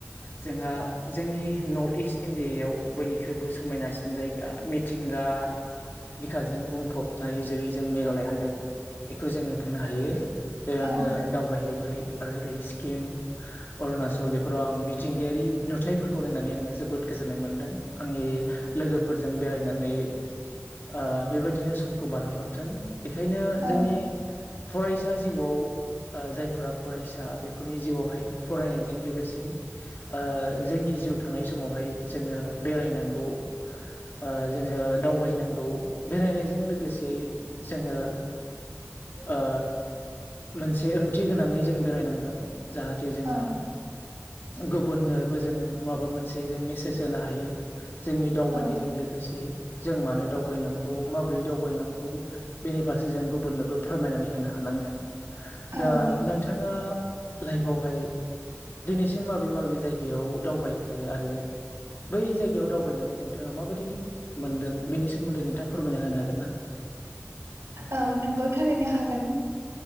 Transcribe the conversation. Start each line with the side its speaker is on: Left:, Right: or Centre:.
Left: जोंहा जोंनि नर्थ इस्ट इण्डियायाव बयनिख्रुइबो समायनासिन जायगा मिथिंगा बिखाजों बुंफबनाय जेरै जों मेघालय हादोर बेखौ जोङो बुंनो हायो। बे आङो
Right: औ
Left: दावबायहैबाय आरो ओरै स्किम अरुणाचल बेफोराव आं मिथिंगायारि नुथायफोरखौ नायनानै आङो जोबोद गोजोननाय मोनदों। आंनि लोगोफोरजों बेरायना नै ओ बेबायदिनो समखौ बारहोहरदों। बेखायनो
Right: औ
Left: जोंनि फरायसा जिउआव ओ जायफ्रा फरायसा बेफोरनि जिउआवहाय फरायनायजों लोगोसे ओ जोंनि जिउ थानाय समावहाय बे जोङो बेरायनांगौ।
Right: <inaudible>
Left: ओ जोङो दावबायनांगौ बेरायनायजों लोगोसे जोङो ओ मोनसे ओंथि गोनाङै जों बेरायनांगोन जाहाथे जोङो
Right: औ
Left: गुबुननोबो जोङो माबा मोनसे जों मेसेज होनो हायो। जोंनि दावबायनायजों
Right: औ
Left: लोगोसे जों मानो दावबायनांगौ माबोरै दावबायनांगौ बेनि फारसे जों गुबुननोबो फोरमायनानै होनो हानाय नांगोन
Right: औ
Left: दा
Right: नंगौ
Left: नोंथाङा लाइफआवहाय दिनैसिम माबे माबे जायगायाव दावबायखो आरो बै जायगायाव दावबायनानै नोंथाङा माबायदि मोन्दों बेनि सोमोन्दै नोंथाङा फोरमायना होनो हागोन ना
Right: औ नोंगौ थारैनो हागोन।